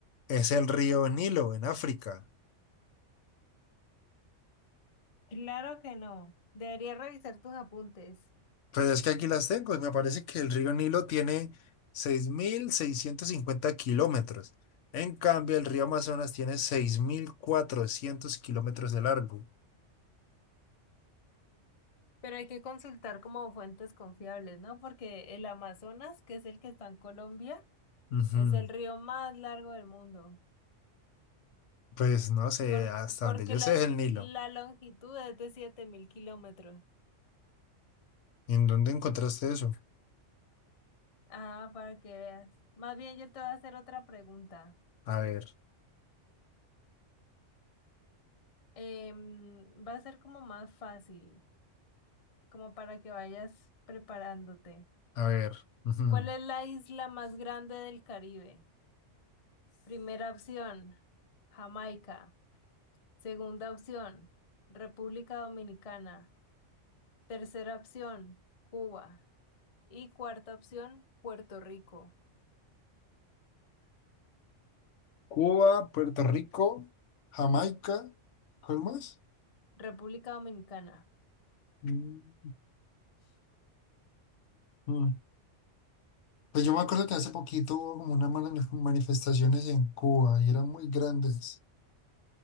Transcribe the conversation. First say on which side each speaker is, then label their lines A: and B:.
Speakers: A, on the left; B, on the left.
A: es el río Nilo en África.
B: Claro que no. Deberías revisar tus apuntes,
A: Pues es que aquí las tengo y me parece que el río Nilo tiene 6.650 kilómetros. En cambio, el río Amazonas tiene 6.400 kilómetros de largo.
B: pero hay que consultar como fuentes confiables, ¿no? Porque el Amazonas, que es el que está en Colombia,
A: Ujú.
B: es el río más largo del mundo,
A: Pues no sé,
B: por-
A: hasta
B: porque
A: donde yo
B: la,
A: sé es el Nilo.
B: la longitud es de 7.000 kilómetros.
A: ¿Y en dónde encontraste eso?
B: Ah, para que veas. Más bien yo te voy a hacer otra pregunta.
A: A ver,
B: Em, va a ser como más fácil, como para que vayas preparándote.
A: a ver. ujú.
B: ¿Cuál es la isla más grande del Caribe? Primera opción, Jamaica. Segunda opción, República Dominicana. Tercera opción, Cuba. Y cuarta opción, Puerto Rico,
A: Cuba, Puerto Rico, Jamaica, ¿cuál más?
B: República Dominicana.
A: Mm, mm. Pues yo me acuerdo que hace poquito hubo como unas mani- manifestaciones en Cuba y eran muy grandes.